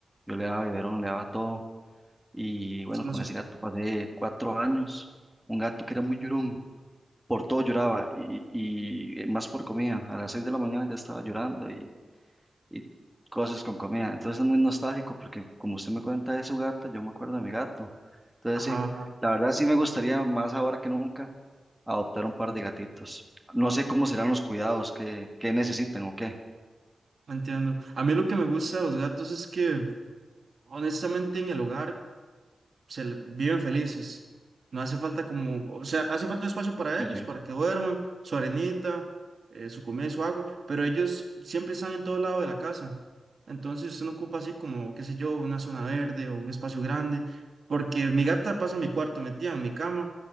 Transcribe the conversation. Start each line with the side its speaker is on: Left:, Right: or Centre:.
Centre: Yo le daba biberón, le daba todo. Y bueno,
Right: solo
Centre: con
Right: su...
Centre: ese gato pasé cuatro años. Un gato que era muy llorón, por todo lloraba y, y, eh, más por comida. A las seis de la mañana ya estaba llorando y, y cosas con comida. Entonces es muy nostálgico porque como usted me cuenta de su gato, yo me acuerdo de mi gato. Entonces
Right: Ajá,
Centre: sí,
Right: ajá,
Centre: la verdad sí me gustaría más ahora que nunca adoptar un par de gatitos. No sé cómo serán los cuidados, que qué necesitan o qué.
Right: no entiendo. A mí lo que me gusta de los gatos es que, honestamente, en el hogar se le- viven felices. No hace falta como, o sea, hace falta un espacio para
Centre: Sí,
Right: ellos,
Centre: sí.
Right: para que duerman, su arenita, eh, su comida y su agua, pero ellos siempre están en todo lado de la casa. Entonces usted no ocupa así como, qué sé yo, una zona verde o un espacio grande, porque mi gata pasa en mi cuarto metida en mi cama